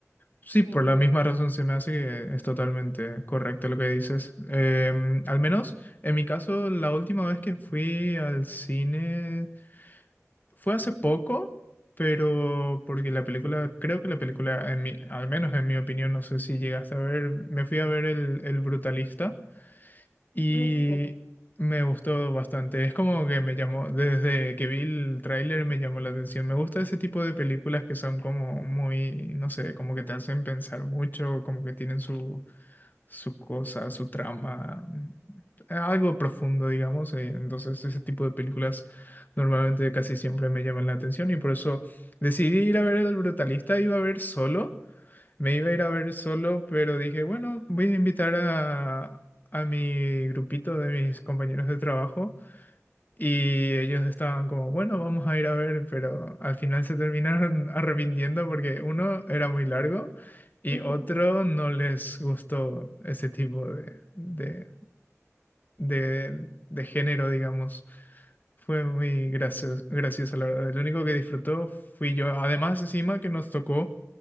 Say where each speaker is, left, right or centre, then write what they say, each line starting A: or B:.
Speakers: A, on the left; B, on the left.
A: Sí,
B: Ujú.
A: por la misma razón se me hace que es totalmente correcto lo que dices. Em, al menos en mi caso, la última vez que fui al cine fue hace poco, pero porque la película, creo que la película, en mi, al menos en mi opinión, no sé si llegaste a ver, me fui a ver El, el Brutalista. Y
B: Mm, sí.
A: me gustó bastante. Es como que me llamó, desde que vi el tráiler me llamó la atención. Me gusta ese tipo de películas que son como muy, no sé, como que te hacen pensar mucho, como que tienen su, su cosa, su trama, eh, algo profundo, digamos. eh, Entonces ese tipo de películas normalmente casi siempre me llaman la atención y por eso decidí ir a ver El Brutalista. Iba a ver solo. Me iba a ir a ver solo, pero dije, bueno, voy a invitar a, a mi grupito de mis compañeros de trabajo. Y ellos estaban como, bueno, vamos a ir a ver, pero al final se terminaron <laughs> arrepintiendo porque uno era muy largo y
B: <laughs> Ujú.
A: otro no les gustó ese tipo de, de de, de género, digamos. Fue muy gracioso, gracioso, la verdad. Lo único que disfrutó fui yo. Además, encima que nos tocó